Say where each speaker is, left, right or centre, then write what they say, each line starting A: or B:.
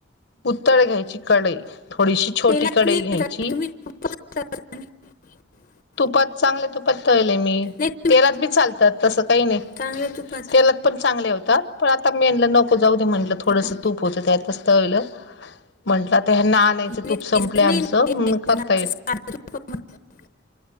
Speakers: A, on the left; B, on the left.
A: उत्तळ घ्यायची कढई थोडीशी छोटी
B: तेलात
A: कडेई
B: नाही ना
A: घ्यायची
B: तर <unintelligible>
A: तुपात चांगले तुपात तळले मी
B: नाही तुम्ही
A: तेलात बी चालतात तस काही नाही
B: चांगल्या तुपात
A: तेलात पण चांगले होतात पण आता मी आणलं नको जाऊ दे म्हटलं थोडंसं
B: करा.
A: तूप होतं त्यातचतळलं म्हटलं तर ह नानयचं
B: नाही
A: तूप
B: ते
A: संपले
B: शिजत नाही
A: आमचं
B: ना ते.
A: करता येईल
B: <inaudible>